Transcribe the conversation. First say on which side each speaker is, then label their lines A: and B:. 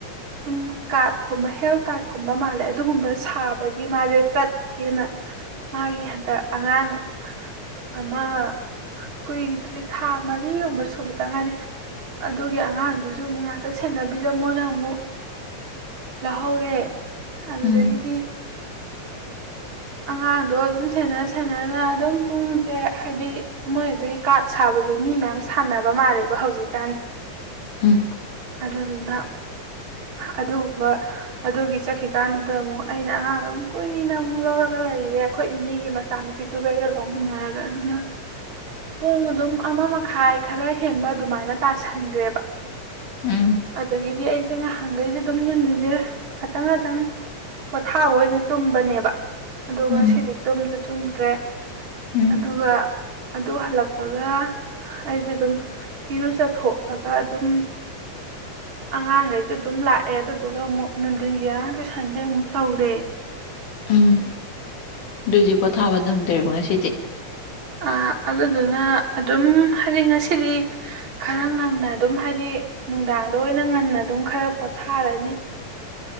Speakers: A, on the right; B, on the left.
A: ꯁꯨꯝ ꯀꯥꯔꯠ ꯀꯨꯝꯕ ꯍꯦꯜ ꯀꯥꯔꯠ ꯀꯨꯝꯕ ꯃꯥꯜꯂꯦ ꯑꯗꯨꯒꯨꯝꯕ ꯁꯥꯕꯒꯤ ꯃꯥꯁꯦ ꯆꯠꯀꯦꯅ, ꯃꯥꯒꯤ ꯍꯟꯗꯛ ꯑꯉꯥꯡ ꯑꯃ ꯀꯨꯏꯗ꯭ꯔꯤ ꯊꯥ ꯃꯔꯤꯒꯨꯝꯕ ꯁꯨꯕ ꯇꯥ ꯉꯥꯏꯔꯤ, ꯑꯗꯨꯒꯤ ꯑꯉꯥꯡꯗꯨꯁꯨ ꯑꯃꯨꯛ ꯉꯥꯛꯇ ꯁꯦꯟꯅꯕꯤꯔꯝꯃꯣꯅ ꯑꯃꯨꯛ ꯂꯥꯍꯧꯔꯦ ꯑꯗꯨꯗꯒꯤꯗꯤ
B: ꯎꯝ
A: ꯑꯉꯥꯡꯗꯣ ꯑꯗꯨꯝ ꯁꯦꯟꯅ ꯁꯦꯟꯅꯅ ꯑꯗꯨꯝ ꯄꯨꯡꯁꯦ ꯍꯥꯏꯗꯤ ꯃꯣꯏ ꯑꯗꯨꯒꯤ ꯀꯥꯔꯗ ꯁꯥꯕꯁꯦ ꯃꯤ ꯃꯌꯥꯝ ꯁꯥꯅꯕ ꯃꯥꯜꯂꯦꯕ ꯍꯧꯖꯤꯛꯀꯥꯟꯁꯦ
B: ꯎꯝ
A: ꯑꯗꯨꯗꯨꯅ ꯑꯗꯨꯒꯨꯝꯕ ꯑꯗꯨꯒꯤ ꯆꯠꯈꯤꯀꯥꯟꯗꯨꯗ ꯑꯃꯨꯛ ꯑꯩꯅ ꯑꯉꯥꯡꯗꯨ ꯑꯃꯨꯛ ꯀꯨꯏꯅ ꯑꯃꯨꯛ ꯂꯧꯔꯒ ꯂꯩꯔꯦ ꯑꯩꯈꯣꯏ ꯏꯅꯦꯒꯤ ꯃꯆꯥꯅꯨꯄꯤꯗꯨꯒ ꯑꯩꯒ ꯂꯧꯃꯤꯟꯅꯔꯒ ꯑꯗꯨꯅ ꯄꯨꯡ ꯑꯗꯨꯝ ꯑꯃ ꯃꯈꯥꯏ ꯈꯔ ꯍꯦꯟꯕ ꯑꯗꯨꯃꯥꯏꯅ ꯇꯥꯁꯟꯒ꯭ꯔꯦꯕ
B: ꯎꯝ
A: ꯑꯗꯒꯤꯗꯤ ꯑꯩꯁꯦ ꯉꯍꯥ ꯥꯡꯒꯩꯗꯤ ꯑꯗꯨꯝ ꯅꯨꯡꯗꯤꯟꯁꯦ ꯉꯥꯇꯪ ꯉꯥꯇꯪ ꯄꯣꯊꯥꯕ ꯑꯣꯏꯅ ꯇꯨꯝꯕꯅꯦꯕ ꯑꯗꯣ
B: ꯎꯝ
A: ꯉꯁꯤꯗꯤ ꯇꯨꯝꯁꯨ ꯇꯩꯝꯗ꯭ꯔꯦ
B: ꯎꯝ
A: ꯑꯗꯨꯒ ꯑꯗꯨ ꯍꯜꯂꯛꯄꯒ ꯑꯩꯁꯦ ꯑꯗꯨꯝ ꯏꯔꯨꯖꯊꯣꯛꯑꯒ ꯑꯗꯨꯝ ꯑꯉꯥꯡꯈꯩꯁꯨ ꯑꯗꯨꯝ ꯂꯥꯛꯑꯦ ꯑꯗꯨꯗꯨꯒ ꯑꯃꯨꯛ ꯅꯨꯡꯊꯤꯟꯒꯤ ꯑꯉꯥꯡ ꯇꯨꯏꯁꯟꯁꯦ ꯑꯃꯨꯛ ꯇꯧꯔꯦ
B: ꯎꯝ ꯑꯗꯨꯗꯤ ꯄꯣꯊꯥꯕ ꯅꯪꯗ꯭ꯔꯦꯕ ꯉꯁꯤ
A: ꯑ ꯑꯗꯨ ꯑꯗꯨꯅ ꯑꯗꯨꯝ ꯍꯥꯏꯗꯤ ꯉꯁꯤꯗꯤ ꯈꯔ ꯉꯟꯅ ꯑꯗꯨꯝ ꯍꯥꯏꯗꯤ ꯅꯨꯡꯗꯥꯡꯗ ꯑꯣꯏꯅ ꯉꯟꯅ ꯑꯗꯨꯝ ꯈꯔ ꯄꯣꯊꯥꯔꯅꯤ